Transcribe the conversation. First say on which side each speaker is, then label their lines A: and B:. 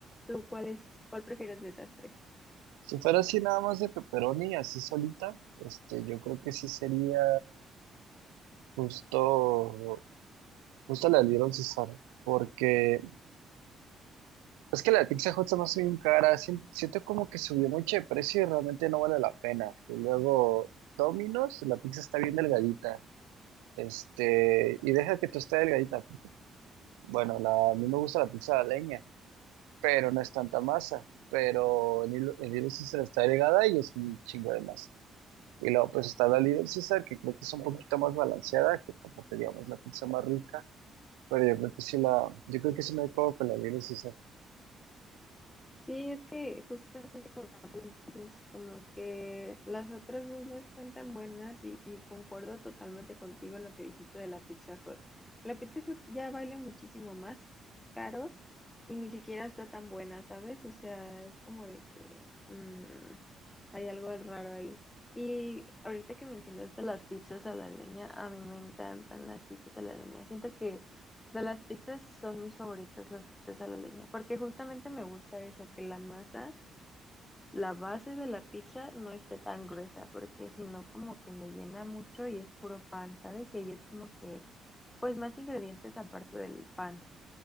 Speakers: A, on the left; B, on the right.
A: ¿Tú cuál es, cuál prefieres de esas tres?
B: Si fuera así nada más de pepperoni, así solita, este, yo creo que sí sería justo, justo la del Little Caesar, porque es que la de Pizza Hut se me hace bien cara, sien- siento como que subió mucho de precio y realmente no vale la pena. Y luego Domino's, la pizza está bien delgadita, este, y deja que tú esté delgadita, porque, bueno, la, a mí me gusta la pizza de leña, pero no es tanta masa, pero en Little en Little Caesar está delgada y es un chingo de masa. Y luego pues está la Little Caesar, que creo que es un poquito más balanceada, que tampoco digamos la pizza más rica, pero yo creo que sí la, yo creo que sí me quedo con la Little Caesar.
A: Sí, es que justamente como dices, como que las otras dos no están tan buenas y, y concuerdo totalmente contigo en lo que dijiste de la Pizza Hut. La Pizza Hut ya vale muchísimo más caro y ni siquiera está tan buena, ¿sabes? O sea, es como de que... mm, hay algo raro ahí. Y ahorita que mencionaste las pizzas a la leña, a mí me encantan las pizzas a la leña. Siento que de las pizzas son mis favoritas las pizzas a la leña, porque justamente me gusta eso, que la masa, la base de la pizza no esté tan gruesa, porque si no como que me llena mucho y es puro pan, ¿sabes? Y ahí es como que, pues más ingredientes aparte del pan.